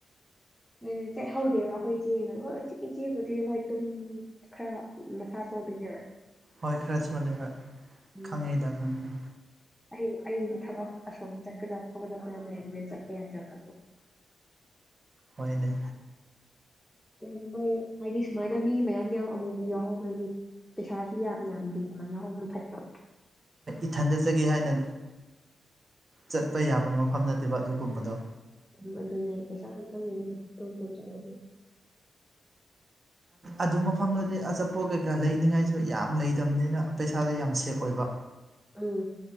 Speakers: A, in the centre; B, on the right.
A: ꯑꯗꯨ ꯆꯠꯍꯧꯗꯦꯕ ꯑꯩꯈꯣꯏ ꯏꯆꯦ ꯍꯣꯏ ꯎꯆꯦꯛ ꯏꯆꯦꯕꯨꯗꯤ ꯍꯣꯏ ꯇꯨꯝ ꯈꯔ ꯃꯁꯥ ꯗꯤꯒꯦ
B: ꯍꯣꯏ ꯈꯔ ꯁꯣꯠꯂꯦ ꯍꯣꯏ
A: ꯎꯝ
B: ꯈꯪꯉꯤꯗ ꯈꯪꯉꯤꯗ
A: ꯑꯩ ꯑꯩꯗꯤ ꯊꯕꯛ ꯑꯁꯣꯝ ꯆꯠꯀꯗꯕ ꯈꯣꯠꯀꯗꯕ ꯂꯩ ꯆꯠꯄ ꯌꯥꯗ꯭ꯔꯗꯕ <unintelligible>
B: ꯀꯅꯦ
A: ꯀꯩꯁꯨ ꯃꯣꯏ ꯍꯥꯏꯗꯤ ꯁꯨꯃꯥꯏꯅ ꯃꯤ ꯃꯌꯥꯝ ꯑꯃꯨꯛ ꯑꯃꯨꯛ ꯌꯥꯎꯍꯧꯕꯒꯤ ꯄꯩꯁꯥꯁꯨ ꯌꯥꯝ ꯌꯥꯝꯗꯤ ꯃꯥꯏꯅ ꯍꯅ ꯐꯠꯇ꯭ꯔꯣ
B: ꯏ ꯊꯟꯗꯠꯆꯒꯦ ꯍꯥꯏꯅ ꯆꯠꯄ ꯌꯥꯕ ꯃꯐꯝ ꯅꯠꯇꯦꯕ ꯑꯗꯨꯒꯨꯝꯕꯗꯣ
A: ꯎ ꯑꯗꯨꯅꯦ ꯄꯩꯁꯥ ꯑꯗꯨꯝꯇꯪꯉꯦ ꯑꯗꯨ ꯇꯨꯝ ꯇꯨꯝ ꯆꯠꯂ
B: ꯑꯗꯨ ꯃꯐꯝꯗꯨꯗꯤ ꯑꯆꯥꯄꯣꯠ ꯀꯩꯀꯥ ꯂꯩꯅꯤꯉꯥꯏꯁꯨ ꯌꯥꯝ ꯂꯩꯇꯕꯅꯤꯅ ꯄꯩꯁꯥꯁꯨ ꯌꯥꯝ ꯁꯦꯐ ꯑꯣꯏꯕ
A: ꯎꯝ